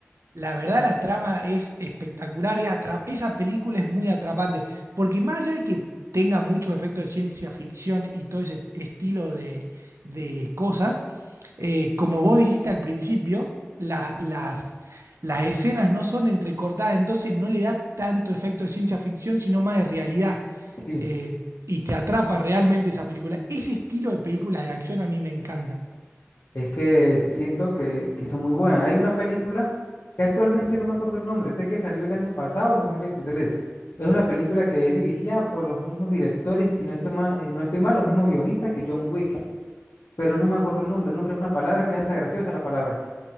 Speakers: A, on the right (about 80°); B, on the left (about 75°).
A: La verdad, la trama es espectacular, es atra- esa película es muy atrapante, porque más allá de que tenga muchos efectos de ciencia ficción y todo ese estilo de, de cosas, eh, como vos dijiste al principio, la- las, las escenas no son entrecortadas, entonces no le da tanto efecto de ciencia ficción, sino más de realidad,
B: Sí,
A: eh, y te atrapa realmente esa película. Ese estilo de películas de acción a mí me encantan.
B: Es que siento que, que son muy buenas. Hay una película que actualmente no me acuerdo el nombre, sé que salió el año pasado, el dos mil veintitrés Es una película que es dirigida por los mismos directores, y si no estoy mal, no estoy mal, los mismos guionistas que John Wick, pero no me acuerdo el nombre. El nombre es una palabra que es hasta graciosa la palabra.